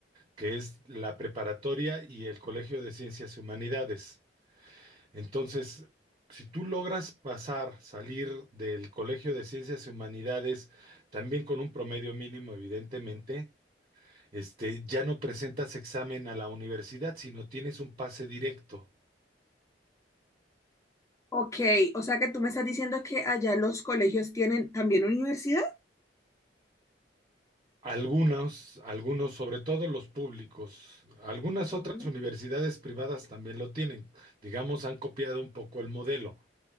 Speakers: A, on the right; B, on the left.
A: que es la preparatoria y el Colegio de Ciencias y Humanidades. Entonces, si tú logras pasar, salir del Colegio de Ciencias y Humanidades, también con un promedio mínimo, evidentemente, este, ya no presentas examen a la universidad, sino tienes un pase directo.
B: Ok, o sea que tú me estás diciendo que allá los colegios tienen también universidad.
A: Algunos, algunos, sobre todo los públicos, algunas otras
B: Oh,
A: universidades privadas también lo tienen. Digamos, han copiado un poco el modelo.